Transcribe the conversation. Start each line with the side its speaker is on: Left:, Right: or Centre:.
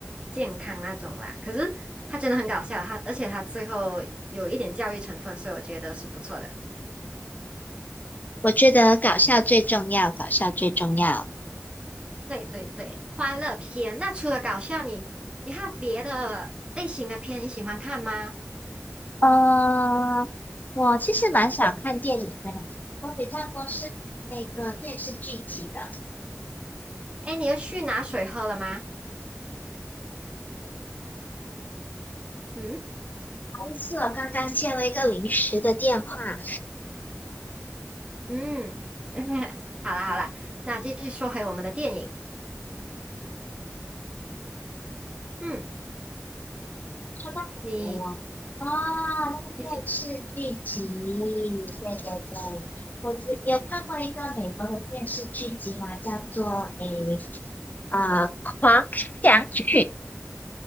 Right: 健康那种啦，可是它真的很搞笑，它而且它最后有一点教育成分，所以我觉得是不错的。
Left: 我觉得搞笑最重要，搞笑最重要。
Right: 对对对，欢乐片。那除了搞笑，你你还有别的类型的片你喜欢看吗？
Left: 呃，我其实蛮想看电影的，我比较多是看那个电视剧集的。
Right: 哎，你又去拿水喝了吗？嗯
Left: 是司我刚刚接了一个临时的电话，
Right: 嗯，<laughs> 好啦好啦，那继续说回我们的电影。嗯，
Left: 收到什么了？
Right: 你
Left: 哦，
Right: 你喜
Left: 那个是剧集，对对对，我有看过一个美国的电视剧集嘛，叫做诶啊、呃狂想曲》，